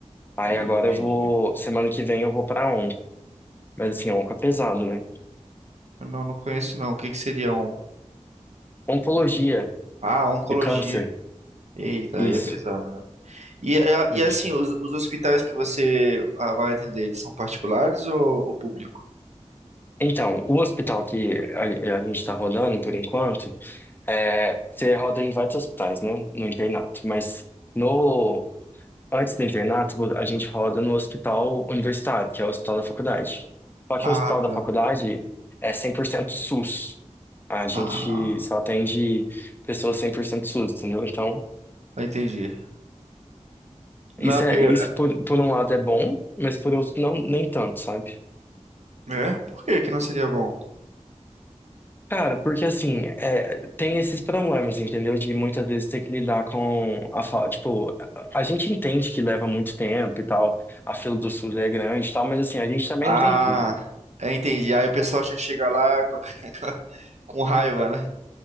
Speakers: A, on the left; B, on the right.
A: Aí
B: entendi.
A: agora eu vou... Semana que vem eu vou pra ON. Mas assim, onco é pesado, né?
B: Eu não, não conheço, não. O que que seria um?
A: Oncologia
B: Ah, oncologia.
A: e câncer,
B: Eita,
A: isso.
B: aí é pesado, né? E, é,
A: Hum.
B: e é assim, os, os hospitais que você ah, vai atender, eles são particulares ou, ou público?
A: Então, o hospital que a, a gente está rodando por enquanto, é, você roda em vários hospitais, né? No internato, mas... No Antes do internato, vo- a gente roda no hospital universitário, que é o hospital da faculdade. Só
B: Ah,
A: que o hospital
B: tá.
A: da faculdade é 100% SUS. A gente
B: Ah,
A: só atende pessoas 100% SUS, entendeu? Então,
B: entendi. Não,
A: isso
B: porque...
A: é isso por, por um lado é bom, mas por outro não nem tanto, sabe?
B: É? Por que que não seria bom?
A: Cara, porque assim, é, tem esses problemas, entendeu? De muitas vezes ter que lidar com a falta. Tipo, a a gente entende que leva muito tempo e tal, a fila do SUS é grande e tal, mas assim, a gente também
B: Ah,
A: não tem culpa.
B: é, entendi. Aí o pessoal já chega lá com, <laughs> com raiva, né?